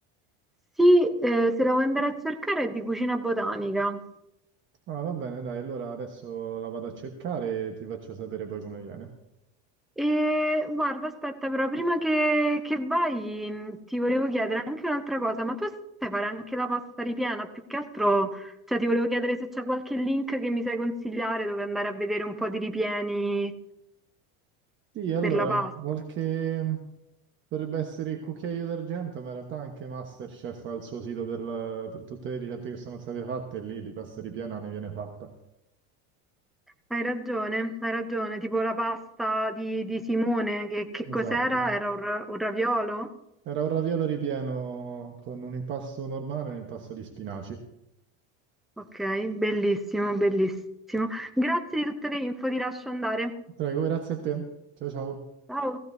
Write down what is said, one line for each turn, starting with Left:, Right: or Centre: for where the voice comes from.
Centre: Sì, eh, se la vuoi andare a cercare è di cucina botanica.
Right: Ah, va bene, dai, allora adesso la vado a cercare e ti faccio sapere poi come viene.
Centre: E guarda, aspetta, però prima che, che vai mh, ti volevo chiedere anche un'altra cosa, ma tu sai fare anche la pasta ripiena? Più che altro, cioè ti volevo chiedere se c'è qualche link che mi sai consigliare dove andare a vedere un po' di ripieni
Right: Sì, allora,
Centre: per la pasta.
Right: qualche Dovrebbe essere il cucchiaio d'argento, ma in realtà anche MasterChef ha il suo sito per, la- per tutte le ricette che sono state fatte e lì di pasta ripiena ne viene fatta.
Centre: Hai ragione, hai ragione, tipo la pasta di, di Simone, che, che cos'era?
Right: Esatto.
Centre: Era un, ra- un raviolo?
Right: Era un raviolo ripieno con un impasto normale e un impasto di spinaci.
Centre: Ok, bellissimo, bellissimo. Grazie di tutte le info, ti lascio andare.
Right: Prego, grazie a te. Ciao ciao.
Centre: Ciao.